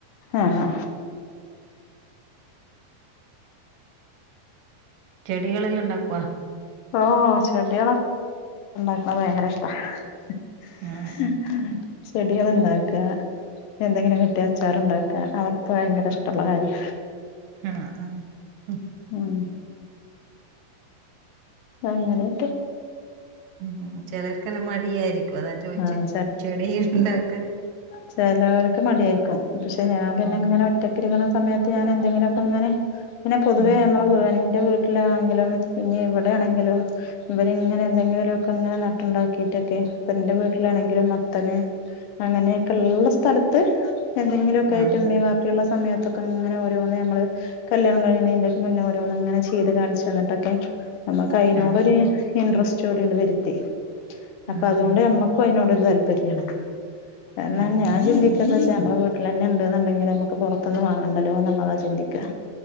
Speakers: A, on the left; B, on the right.
A: ആഹ ഹാ
B: ചെടികളെല്ലാം ഉണ്ടാക്കുവോ
A: ഓ ചെടികളോ ഉണ്ടാക്ക്‌ണ ഭയങ്കര ഇഷ്ട <inaudible>
B: ആഹ്
A: ചെടികൾ ഉണ്ടാക്കുക എന്തെങ്കിലും കിട്ടിയ അച്ചാറുണ്ടാക്കുക അതൊക്കെ ഭയങ്കര ഇഷ്ടമുള്ള കാര്യ
B: ആഹ ഉം
A: ഉം അങ്ങനെയൊക്കെ
B: <inaudible> ചിലർക്കെല്ലാം മടിയായിരിക്കും അതാ ചോയ്ച്ച്
A: ആഹ്
B: ചെടി ഇണ്ടാക്കല്
A: ചിലവർക്ക് മടിയായിരിക്കും. പക്ഷെ ഞാൻ പിന്നെ
B: ഉം
A: ഇങ്ങനെ ഒറ്റക്ക്‌ ഇരിക്കണ സമയത്ത് ഞാൻ എന്തെങ്കിലൊക്കെ ഇങ്ങനെ പിന്നെ പൊതുവേ
B: ഉം
A: മ്മളെ
B: ഉം
A: വീ ഇൻ്റെ വീ ട്ട്ലാണെങ്കിലും ഇനി ഇവിടേണെങ്കിലും ഇവരിങ്ങനെ എന്തെങ്കിലും ഒക്കെ ഇങ്ങനെ നട്ടുണ്ടാക്കിട്ടൊക്കെ ഇപ്പം ഇന്റെ വീട്ടിലാണെങ്കിലും
B: ഉം
A: മത്തന് അങ്ങനെ ക്കെള്ള സ്ഥലത്ത് എന്തെങ്കിലൊക്കായിട്ട്
B: ആഹ്
A: ഇമ്മീം വാപ്പിള്ള സമയത്ത് ഇങ്ങനെ ഓരോന്ന് നമ്മള് കല്യാണം കഴിയുന്നതിന്റെ മുന്നെ ഓരോന്ന് ഇങ്ങനെ ചെയ്ത് കാണിച്ചു തന്നിട്ടൊക്കെ നമുക്ക് അയ്നോടൊരു
B: ആഹ് ആഹ്
A: ഇന്ട്രസ്റ്റ് <unintelligible> അപ്പൊ
B: ഉം
A: അതുകൊണ്ട്
B: ഉം
A: നമ്മക്കും അതിനോടൊരു താ ല്പര്യമാണ് എന്നാ
B: ആഹ്
A: ഞാൻ ചിന്തിക്കും <unintelligible> നമ്മള് വീട്ടിൽ തന്നെ ഉണ്ടേന്നുണ്ടെങ്കിൽ നമുക്ക് പുറത്തൊന്ന് വാങ്ങണ്ടലോ എന്നുള്ളതാ ചിന്തിക്കുക